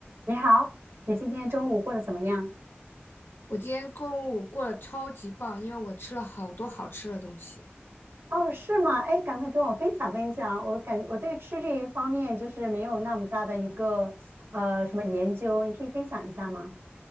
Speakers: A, on the right; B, on the left.
A: 你好，你今天中午过得怎么样？
B: 我今天中午过得超级棒，因为我吃了好多好吃的东西。
A: 哦，是吗？哎，赶快跟我分享分享。我感我对吃这一方面就是没有那么大的一个呃什么研究，你可以分享一下吗？